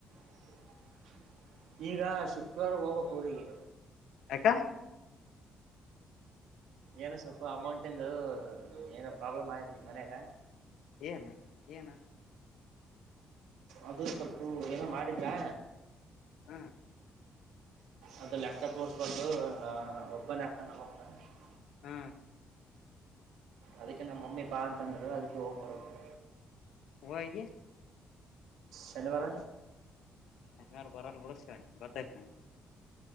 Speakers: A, on the right (about 85°); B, on the left (about 80°).
A: <inaudible> ಈಗ ಶುಕ್ರರಾ ಹೋಗ್ಬೇಕು ಊರಿಗೆ.
B: ಅಕ್ಕಾ
A: ಏನ ಸ್ವಲ್ಪ ಅಮೌಂಟಿಂದು ಏನೋ ಪ್ರಾಬ್ಲಮ್ ಆಯತಂತ್ ಮನ್ಯಾಗ.
B: ಏನು ಏನು?
A: ಅದು ಸ್ವಲ್ಪ ಏನೋ ಮಾಡಿದ್ರಾ
B: ಹ್ಮ
A: ಅದು ಲ್ಯಾಪ್ಟಾಪ್ <unintelligible>
B: ಹ್ಮ
A: ಅದಕ್ಕೆ ನಮ್ಮಮ್ಮಿ ಬಾ ಅಂತಂದ್ರು ಅದಕ್ಕೆ ಹೋಗ್ ಬರದು.
B: ಹೋಗಿ
A: ಶನಿವಾರ
B: ಶನಿವಾರ ಬರಲ್ <unintelligible> ಬರ್ತೈತ್ <unintelligible>